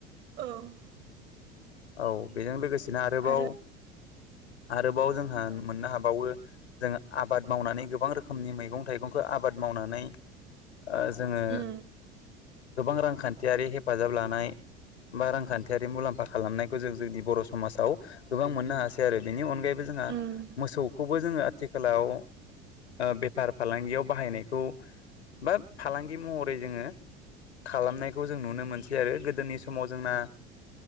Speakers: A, on the right; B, on the left.
A: औ
B: औ बेजों लोगोसेनो आरोबाव
A: आरो
B: आरोबाव जोंहा मोननो हाबावो जों आबाद मावनानै गोबां रोखोमनि मैगं थाइगंखौ आबाद मावनानै ओ जोङो
A: उम
B: गोबां रांखान्थियारि हेफाजाब लानाय बा रांखान्थियारि मुलाम्फा खालामनायखौ जों जोंनि बर' समाजाव गोबां मोननो हासै आरो बेनि अनगायैबो जोंहा
A: उम
B: मोसौखौबो जोङो आथिखालाव ओ बेफार फालांगियाव बाहायनायखौ बा फालांगि महरै जोङो खालामनायखौ जों नुनो मोनसै आरो गोदोनि समाव जोंना